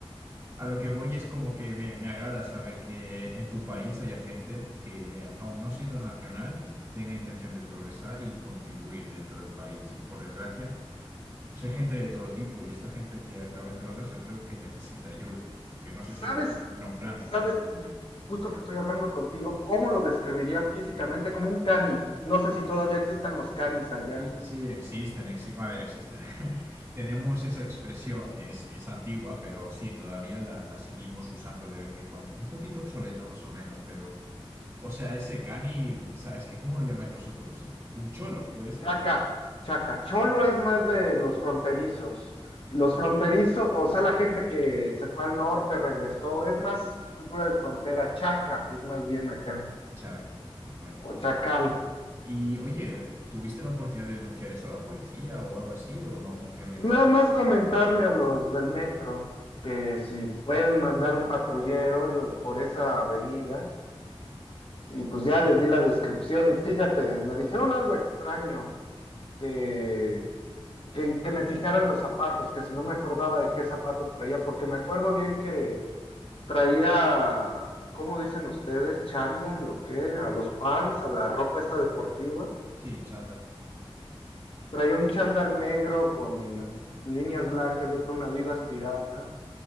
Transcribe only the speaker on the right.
A lo que voy es como que me, me agrada saber que en tu país haya gente que, aun no siendo nacional, tenga intención de progresar y contribuir dentro del país. Y por desgracia, pues hay gente de todo tipo y esta gente que acaba en drogas yo creo que necesita ayuda, aunque no sé
si el gobierno tendrá un plan
para ello.
Sí, sí, existen, exi- a ver, existen. <laughs> Tenemos esa expresión, es, es antigua, pero sí, todavía la, la seguimos usando de vez en cuando. Un poquito obsoleta más o menos, pero, o sea, ese cani, o sea, es que ¿cómo lo llamáis vosotros? Un cholo, puede ser.
Chaca, pues vaya.
Y oye, ¿tuviste la oportunidad de denunciar eso a la policía o algo así o no funciona igual?
Sí, chanda.